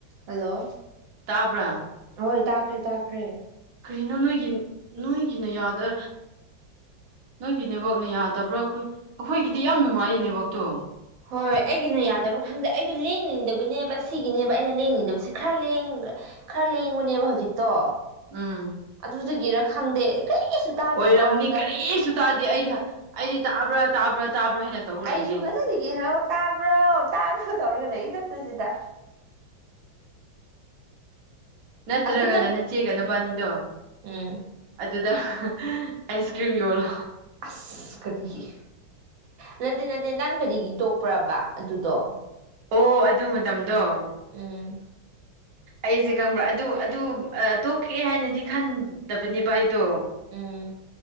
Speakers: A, on the right (about 75°); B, on the right (about 60°).
A: hello
B: ꯇꯥꯕ꯭ꯔꯥ
A: ꯍꯣꯏ ꯇꯥꯈ꯭ꯔꯦ ꯇꯥꯈ꯭ꯔꯦ
B: ꯀꯔꯤꯅꯣ ꯅꯣꯏꯒꯤ ꯅꯣꯏꯒꯤꯅꯗ ꯅꯣꯏꯒꯤ ꯅꯦꯠꯋꯥꯛꯅ ꯌꯥꯗꯕ꯭ꯔꯥ ꯑꯩꯈꯣꯏ ꯑꯩꯈꯣꯏꯒꯤꯗꯤ ꯌꯥꯝ ꯅꯨꯡꯉꯥꯏꯌꯦ ꯅꯦꯠꯋꯥꯛꯛꯇꯣ
A: ꯍꯣꯏ ꯍꯣꯏ ꯑꯩꯒꯤꯅ ꯌꯥꯗꯕ꯭ꯔꯥ ꯈꯪꯗꯦ ꯑꯩꯗꯣ ꯂꯦꯡꯅꯤꯡꯗꯕꯅꯦꯕ ꯁꯤꯒꯤꯅꯦꯕ ꯑꯩꯅ ꯂꯦꯡꯅꯤꯡꯗꯕꯁꯤ ꯈꯔ ꯈꯔ ꯍꯧꯖꯤꯛꯇꯣ
B: ꯎꯝ
A: ꯑꯗꯨ ꯈꯪꯗꯦ ꯀꯔꯤꯁꯨ ꯇꯥꯗꯕ
B: ꯑꯣꯏꯔꯝꯅꯤ
A: ꯋꯥꯅꯤꯗ
B: ꯀꯔꯤ ꯇꯥꯗꯦ ꯑꯩꯗꯤ ꯑꯩꯗꯤ ꯇꯥꯕ꯭ꯔꯥ ꯇꯥꯕ꯭ꯔꯥ ꯇꯥꯕ꯭ꯔꯥ ꯍꯥꯏꯅ ꯇꯧꯔ
A: ꯑꯩꯁꯨ
B: ꯂꯩꯌꯦ
A: ꯉꯖꯁꯤꯒꯦ ꯍꯔꯥꯎ ꯇꯥꯕ꯭ꯔꯣ ꯇꯥꯕ꯭ꯔꯣ ꯇꯧꯔꯒ ꯂꯩ ꯏꯊꯟ ꯑꯗꯨꯖꯤꯗ
B: ꯅꯠꯇ꯭ꯔꯒꯅ
A: ꯑꯗꯨ ꯅꯪ
B: ꯆꯤꯒꯅ ꯕꯥꯅꯤꯗꯣ
A: ꯎꯝ
B: ꯑꯗꯨꯗ ꯑꯩꯁ ꯀ꯭ꯔꯤꯝ ꯌꯣꯜꯂꯣ
A: ꯑꯁ ꯀꯔꯤꯒꯤ ꯅꯠꯇ ꯅꯠꯇꯦ ꯅꯪ ꯀꯔꯤꯒꯤ ꯇꯣꯛ ꯄ꯭ꯔꯕ ꯑꯗꯨꯗꯣ
B: ꯑꯣ ꯑꯗꯨ ꯃꯇꯝ ꯗꯣ
A: ꯎꯝ
B: ꯑꯩꯁꯦ ꯈꯪꯕ꯭ꯔꯥ ꯑꯗꯨ ꯑꯗꯨ ꯇꯣꯛꯀꯦ ꯍꯥꯏꯅꯗꯤ ꯈꯟꯗꯕꯅꯦꯕ ꯑꯩ ꯠꯇꯣ
A: ꯎꯝ